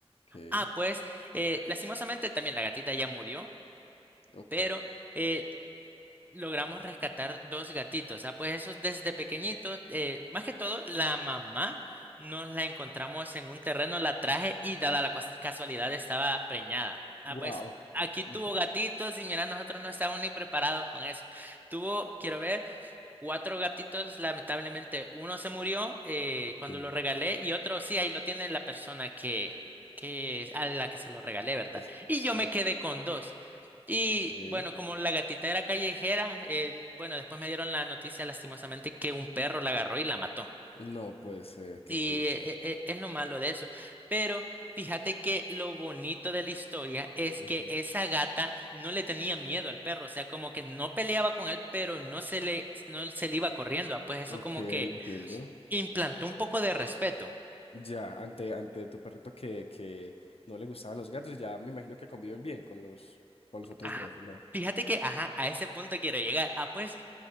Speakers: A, on the left; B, on the right.
A: Ok,
B: Ah, pues eh, lastimosamente también la gatita ya murió,
A: ok.
B: pero eh, logramos rescatar dos gatitos. Ah, pues esos desde pequeñitos, eh, más que todo la mamá nos la encontramos en un terreno, la traje y dada la cuas- casualidad estaba preñada. Ah,
A: wow.
B: pues aquí tuvo
A: Ujú.
B: gatitos y mira, nosotros no estábamos ni preparados con eso. Tuvo, quiero ver. Cuatro gatitos, lamentablemente, uno se murió eh,
A: Ok,
B: cuando lo regalé y otro sí, ahí lo tiene la persona que, que a la que se lo regalé, ¿verdad?
A: Es-
B: Y
A: sí,
B: yo me quedé con dos. Y
A: ok,
B: bueno, como la gatita era callejera, eh, bueno, después me dieron la noticia lastimosamente que un perro la agarró y la mató.
A: No puede ser, qué
B: Sí,
A: triste.
B: e- e- es lo malo de eso. Pero fíjate que lo bonito de la historia es
A: ujú.
B: que esa gata no le tenía miedo al perro, o sea, como que no peleaba con él, pero no se le, no se le iba corriendo. ah, Pues eso
A: Ok,
B: como que
A: entiendo.
B: implantó un poco de respeto.
A: Ya, ante, ante tu perrito que, que no le gustaban los gatos, ya me imagino que conviven bien con los, con los otros
B: Ajá.
A: dos, ¿o ¿no?
B: Fíjate que, ajá, a ese punto quiero llegar. Ah, pues